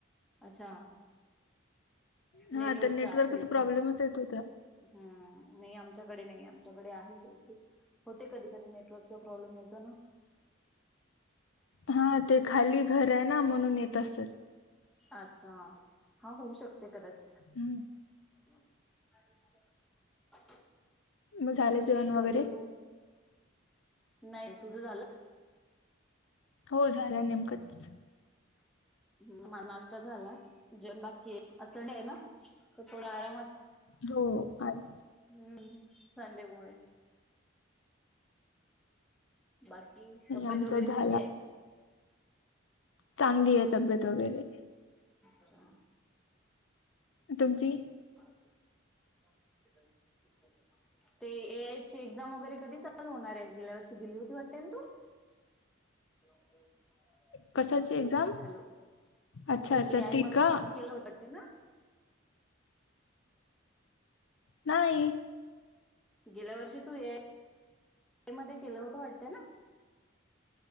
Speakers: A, in the centre; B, on the left (about 70°).
A: अच्छा. नेटवर्कचा
B: हां, तर
A: असेल गं
B: प्रॉब्लेमच
A: मग.
B: येत होता.
A: हम्म नाही आमच्याकडे नाही आमच्याकडे आहे व्यवस्थित. होते कधी कधी नेटवर्कचा प्रॉब्लेम येतो ना.
B: हां, ते खाली घर आहे ना म्हणून येत असल.
A: अच्छा हा होऊ शकते कदाचित.
B: हम्म.
A: <unintelligible>
B: मग झालं
A: कशी
B: जेवण
A: आहेस
B: वगैरे?
A: म्हटलं तू? नाही तुझं झालं?
B: हो झालं नेमकंच.
A: हम्म नाष्ता झाला, जेवन बाकीये. आज संडे आहे ना? त थोडा आरामात.
B: हो आज
A: हम्म संडे मुळे. बाकी तब्येत
B: आमचा
A: वगैरे
B: झाला
A: कशीये?
B: चांगली आहे तब्येत वगैरे.
A: अच्छा.
B: तुमची
A: <inaudible> ते ए आय ची एक्झाम वगैरे कधी चालू होणार आहे? गेल्या वर्षी दिली होती वाटतेना तू? <unintelligible>
B: कशाची एक्झाम
A: हॅलो,
B: अच्छा
A: ते
B: अच्छा
A: ए आय
B: ती
A: मध्ये
B: का
A: काम केलं होत ते ना?
B: नाही.
A: गेल्या वर्षी तू ए आय मध्ये केलं होतं वाटत ना?